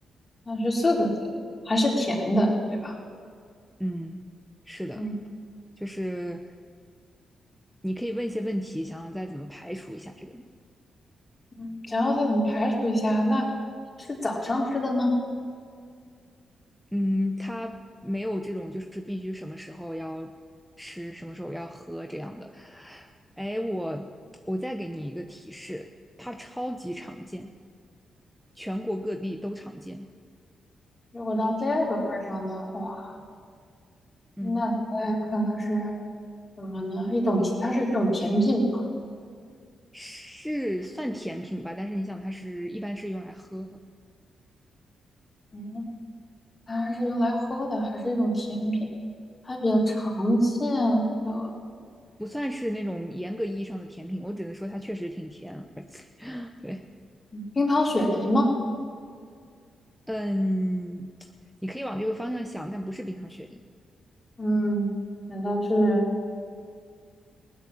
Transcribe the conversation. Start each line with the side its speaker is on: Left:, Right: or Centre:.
Left: 那是四个字，还是甜的，对吧？
Centre: 嗯，是的，
Left: 嗯
Centre: 就是你可以问一些问题，想想再怎么排除一下这个。
Left: 嗯，然后再怎么排除一下？那是早上吃的吗？
Centre: 嗯，它没有这种就是必须什么时候要吃，什么时候要喝这样的。哎，我我再给你一个提示，它超级常见，全国各地都常见。
Left: 如果到这个份儿上的话，
Centre: 嗯，
Left: 那它可能是什么呢？一种，它是一种甜品嘛。
Centre: 是算甜品吧，但是你想，它是一般是用来喝，
Left: 嗯，它是用来喝的，还是一种甜品？还比较常见的
Centre: 不算是那种严格意义上的甜品。我只能说它确实挺甜，而且对。
Left: 冰糖雪梨吗？
Centre: 嗯，你可以往这个方向想，但不是冰糖雪梨。
Left: 嗯，难道是